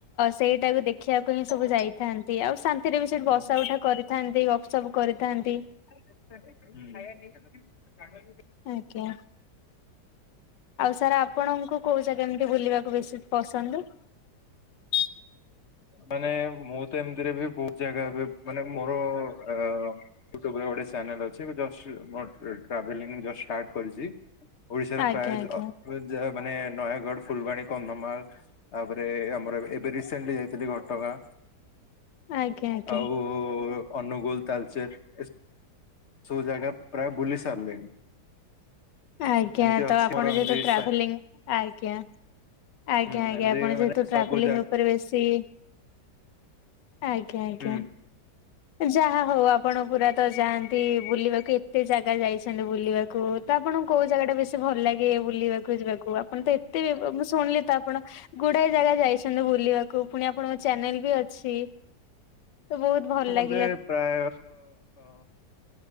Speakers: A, on the left (about 85°); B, on the left (about 45°).
A: ସେଇଟାକୁ ଦେଖିବାକୁ ହିଁ ସବୁ ଯାଇଥାନ୍ତି। ଆଉ ଶାନ୍ତିରେ ବି ସେଠି ବସା
B: ହୁଁ।
A: ଉଠା କରିଥାନ୍ତି ଗପ୍ ସପ୍ କରିଥାନ୍ତି।
B: <unintelligible>
A: ଆଜ୍ଞା। ଆଉ ସାର୍ ଆପଣଙ୍କୁ କୋଉ ଜାଗା ଅମିତି ବୁଲିବାକୁ ବେଶୀ ପସନ୍ଦ୍ <inaudible>
B: ମାନେ ମୁଁ ତ ଏମିତିରେ ବି ବହୁତ ଜାଗା ବି ମାନେ ମୋର ୟୁଟୁବ୍ ରେ ଗୋଟେ ଚାନେଲ ଅଛି ଜଷ୍ଟ ଟ୍ରାଭେଲିଙ୍ଗ୍ ଜଷ୍ଟ୍ ଷ୍ଟାର୍ଟ। କରିଛି ଓଡିଶାର
A: ଆଜ୍ଞା
B: ପ୍ରାୟ
A: ଆଜ୍ଞା
B: ମାନେ ନୟାଗଡ଼ ଫୁଲବାଣୀ କନ୍ଧମାଳ୍ ତାପରେ ଆମର ଏବେ ରିସେଣ୍ଟଲି ଯାଇଥିଲି ଘଟଗାଁ।
A: ଆଜ୍ଞା ଆଜ୍ଞା
B: ଆଉ ଅନୁଗୁଳ ତାଲଚେର୍ ଏସ ସବୁ ଜାଗା ପ୍ରାୟ ବୁଲି ସାରିଲେଣି।
A: ଆଜ୍ଞା
B: ଏମିତି
A: ତ
B: ଅଛି
A: ଆପଣ
B: ମୋର ଏମିତି
A: ଯେହେତୁ ଟ୍ରାଭେଲିଂ
B: ସା
A: ଆଜ୍ଞା ଆଜ୍ଞା
B: ହୁଁ
A: ଆଜ୍ଞା
B: ଏମିତି
A: ଆପଣ
B: ମାନେ
A: ଯେହେତୁ
B: ସବୁ
A: ଟ୍ରାଭେଲିଂ
B: ଜାଗା
A: ଉପରେ ବେଶୀ। ଆଜ୍ଞା ଆଜ୍ଞା।
B: ହୁଁ।
A: ଯାହା ହଉ ଆପଣ ପୁରା ତ ଯାଆନ୍ତି ବୁଲିବାକୁ ଏତେ ଜାଗା ଯାଇଛନ୍ତି ବୁଲିବାକୁ। ତ ଆପଣଙ୍କୁ କୋଉ ଜାଗା ଟା ବେଶୀ ଭଲ ଲାଗେ ବୁଲିବାକୁ ଯିବାକୁ ଆପଣ ତ ଏତେ ମୁଁ ଶୁଣିଲି ତ ଆପଣ। ଗୁଡ଼ାଏ ଜାଗା ଯାଇଛନ୍ତି ବୁଲିବାକୁ ପୁଣି ଆପଣଙ୍କ ଚ୍ୟାନେଲ ବି ଅଛି। ତ ବହୁତ୍ ଭଲ୍ ଲାଗେ
B: ସେ ପ୍ରାୟ। ଅ,